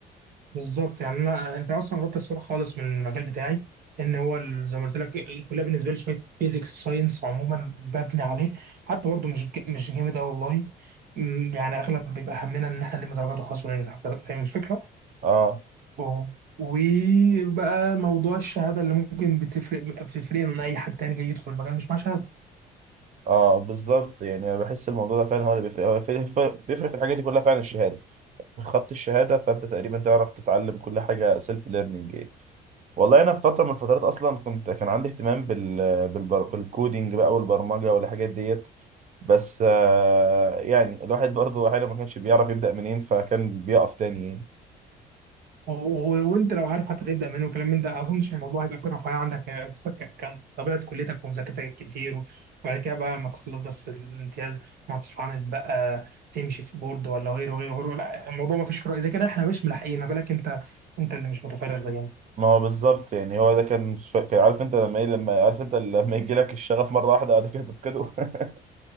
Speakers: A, on the right; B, on the right.
A: بالظبط يعني انا انت اصلا قربت الصوره خالص من المجال بتاعي ان هو ال- زي ما قلت لك الكليه بالنسبه لي شويه بيزكس ساينس عموما ببني عليه حتى برضو مش ج- مش جامد قوي والله أمم، يعني اغلب بيبقى همنا ان احنا نلم درجات وخلاص وننجح فا- فاهم الفكره
B: اه
A: اه وبقى موضوع الشهاده اللي ممكن بتفرق بتفرقنا عن اي حد تاني جاي يدخل المجال مش مع شهاده
B: اه بالظبط يعني أنا بحس الموضوع ده فعلا هو اللي بيفرق هو في- في- بيفرق في الحاجات دي كلها فعلا الشهاده خدت الشهاده فانت تقريبا تعرف تتعلم كل حاجه سيلف ليرنينج والله انا في فتره من الفترات اصلا كنت كان عندي اهتمام بال بالبر... بالكودينج بقى والبرمجه والحاجات ديت بس آه، يعني الواحد برضه احيانا ما كانش بيعرف يبدا منين فكان بيقف تاني يعني
A: و- و- وانت لو عارف حتى تبدا منين وكلام من ده ما اظنش الموضوع هيبقى فيه رفاهيه عندك يعني فك- كان طبيعه كليتك ومذاكرتك كتير وبعد كده بقى ما تخلص بس الامتياز ما تتعاند بقى تمشي في بورد ولا غيره غيره غيره لا الموضوع ما فيش فرق اذا كده احنا مش ملاحقين ما بالك انت انت اللي مش متفرغ زينا
B: ما هو بالظبط يعني هو ده كان شو... كان عارف انت لما ايه لما عارف انت لما يجي لك الشغف مره واحده بعد كده تفقده <laughs>